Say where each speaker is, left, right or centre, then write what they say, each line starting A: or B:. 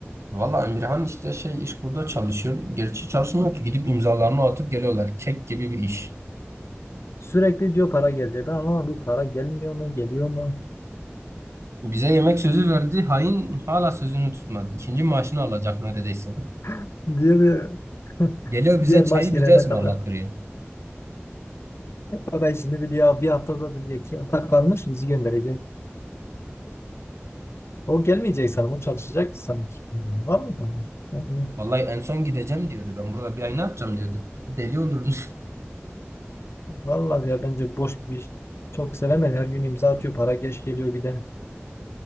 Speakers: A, on the right; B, on the left.
A: Valla Emirhan işte şey iş burada çalışıyor. Gerçi çalışmıyor ki gidip imzalarını atıp geliyorlar. Kek gibi bir iş.
B: Sürekli diyor para gelecek. Ben anlamadım bu para gelmiyor mu, geliyor mu?
A: Bize yemek sözü verdi. Hain hala sözünü tutmadı. İkinci maaşını alacak neredeyse.
B: <laughs> diğer <laughs>
A: Geliyor bize
B: diğer
A: çayı
B: maç gelene
A: bize ısmarlattırıyor.
B: kadar. O da işini biliyor. Bir haftada biliyor. iki hafta kalmış bizi gönderecek. O gelmeyecek sanırım. O çalışacak sanki. Hmm, Var mı da? Hmm,
A: Vallahi en son gideceğim diyordu. Ben burada bir ay ne yapacağım diyordu. Deli olurum.
B: Vallahi ya bence boş bir iş. Çok sevemedi. Her gün imza atıyor. Para geç geliyor bir de.